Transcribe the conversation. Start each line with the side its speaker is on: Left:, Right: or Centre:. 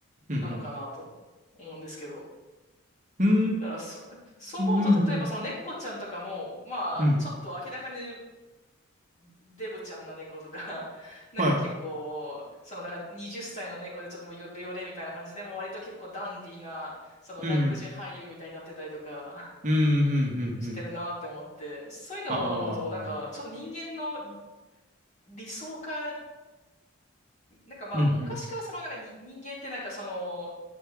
Left: なのかなと思うんですけど。
Right: うん、うーん、
Left: だからそ、そう思うと、
Right: うん、
Left: 例えばその猫ちゃんとかも、まあ、
Right: うん、うん。
Left: ちょっと明らかにデブちゃんな猫とか、<laughs> なんか結構、
Right: はい。
Left: そのなんか20歳の猫でちょっともうヨレヨレみたいな感じで、もう割と結構ダンディーな、その外国人俳優みたいになってたりとか
Right: うん、うん、うん、うん、
Left: <laughs> してるなって思って、
Right: うん。
Left: そういうのを思うと、
Right: ああ、
Left: なんかちょっと人間の理想化、なんかまあ昔からそのなんかに人間ってなんかその、
Right: うん、うん、